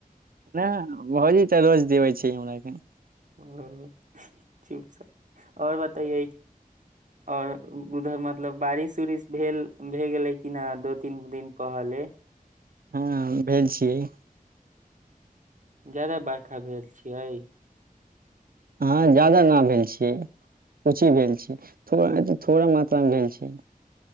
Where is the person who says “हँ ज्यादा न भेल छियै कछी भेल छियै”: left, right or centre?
Right